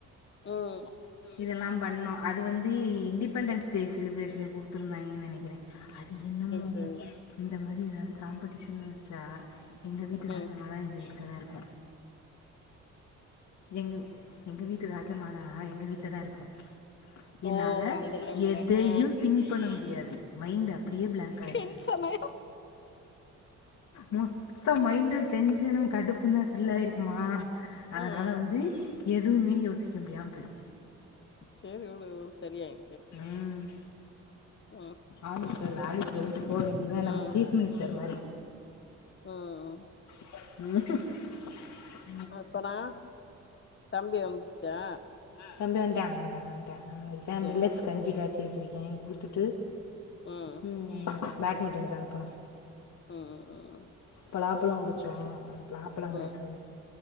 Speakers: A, on the left; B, on the left.
A: ம் சேரி
B: இதெல்லா பண்ணோ அது வந்து இண்டிபெண்டன்ஸ் டே செலபிரேஷன்ல குடுத்துருந்தாங்கேன்னு நெனைக்கிறே அது என்னமோ
A: சேரி
B: இந்த மாரி ஏதாவது காம்படிஷன் வச்சா எங்க வீட்டு
A: ம்
B: ராஜமாதா
A: ம்
B: எங்க வீட்டு க்தா இருப்பா எங்க எங்க வீட்டு ராஜ மாதா அ எங்க வீட்ல தா இருப்போ
A: ஓ
B: என்னால
A: அந்த டைம்ல
B: எதையு
A: ஆ
B: திங்க் பண்ண முடியாது மைண்ட் அப்டியே பிளாங்க் ஆயிரு
A: டென்ஷனு
B: மொத்த மைண்டு டென்ஷனு கடுப்பும் தா ஃபில் ஆயிருக்குமா அதனால
A: ம்
B: வந்து எதுவுமே யோசிக்க முடியாம போயிடு
A: சேரி வுடு சரியாய்
B: ம்
A: ம்
B: ஆலிஸ்வெல் ஆலிஸ்வெல்ட்டு போ வேண்டிதா
A: ம்
B: நம்ம சீஃப் மினிஸ் ஸ்டர் மாரி
A: ம்
B: ம்
A: அப்புறோ தம்பி வந்துந்துச்சா
B: தம்பி வந்துட்டா வந்துட்டா வந்துட்டா அவனுதா
A: சேரி
B: மிலட்ஸ்
A: சேரி
B: கஞ்சி காய்சி வச்சிருக்கே குடுத்துட்டு
A: ம்
B: ம் பேட்மிண்டனுக்கு அனுப்பணு
A: ம் ம்
B: பலாப்பழோ உரிச்சோ அந்த பிலாப்பழ கிடக்கு
A: ம்